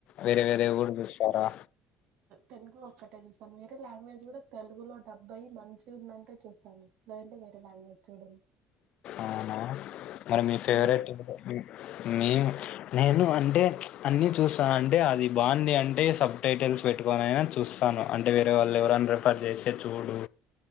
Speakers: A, on the left; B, on the right.
A: వేరే వేరే గుడ్ చూస్తారా
B: తెలుగు ఒక్కటే చూస్తాను వేరే లాంగ్వేజ్ కూడా తెలుగులో డబ్బైయి మంచి ఉందంటే చూస్తాను లేదంటే వేరే లాంగ్వేజ్ చూడను
A: అవునా మరి మీ ఫేవరెట్
B: మీరు
A: <unintelligible> మేము నేను అంటే అన్నీ చూస్తాను అంటే అది బాగుంది అంటే సబ్ టైటిల్స్ పెట్టుకొనిైనా చూస్తాను అంటే వేరే వాళ్ళు ఎవరైనా రిఫర్ చేస్తే చూడు